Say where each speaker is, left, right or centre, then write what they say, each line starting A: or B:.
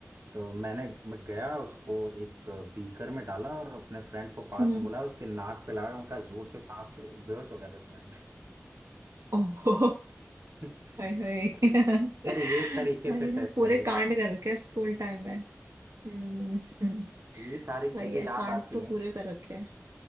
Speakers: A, on the right; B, on the right.
A: तो मैंने मैं गया उसको एक बीकर में डाला और अपने फ्रेंड को पास
B: हम्म
A: में बुलाया उसके नाक पे लगा मैं कहा जोर से सांस ले बेहोश हो गया दस मिनट
B: ओहो
A: में <laughs>
B: हाय हाय
A: फिर कह रहे ये
B: <laughs>
A: तरीके
B: वही
A: से
B: ना
A: टेस्ट
B: पूरे
A: करेगा
B: कांड कर रखे हैं स्कूल टाइम में हम्म हम्म,
A: ये सारी चीजें
B: वही है
A: याद
B: कांड
A: आती
B: तो
A: हैं
B: पूरे कर रखे हैं